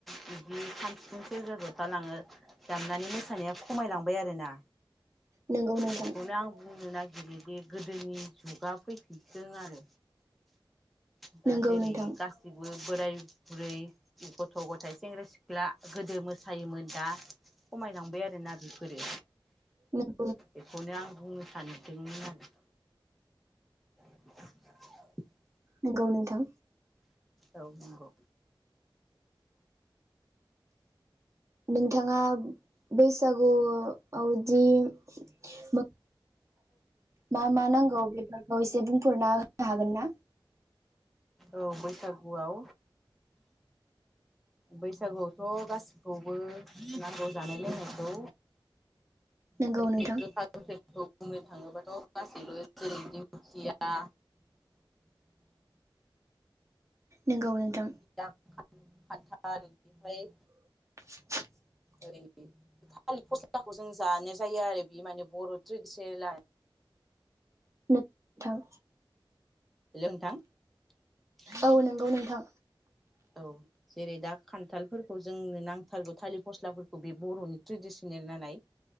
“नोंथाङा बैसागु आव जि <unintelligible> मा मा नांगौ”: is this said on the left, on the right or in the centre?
Right